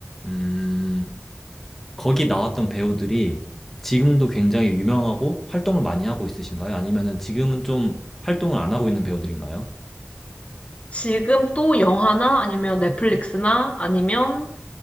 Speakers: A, in the centre; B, on the left (about 30°).
A: 음, 거기 나왔던 배우들이 지금도 굉장히 유명하고 활동을 많이 하고 있으신가요? 아니면은 지금은 좀 활동을 안 하고 있는 배우들인가요?
B: 지금 또 영화나 아니면 넷플릭스나 아니면